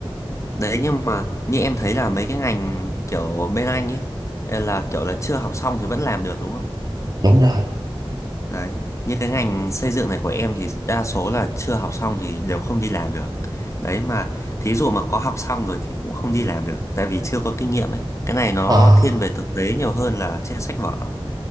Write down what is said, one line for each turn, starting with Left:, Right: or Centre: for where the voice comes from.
Left: Đấy nhưng mà như em thấy là mấy cái ngành kiểu bên anh ấy eh, là kiểu là chưa học xong thì vẫn làm được đúng không?
Right: đúng rồi
Left: Đấy, như cái ngành xây dựng này của em thì đa số là chưa học xong thì đều không đi làm được. Đấy mà thí dụ mà có học xong rồi thì cũng không đi làm được tại vì chưa có kinh nghiệm ấy. Cái này nó
Right: Ờ.
Left: thiên về thực tế nhiều hơn là trên sách vở.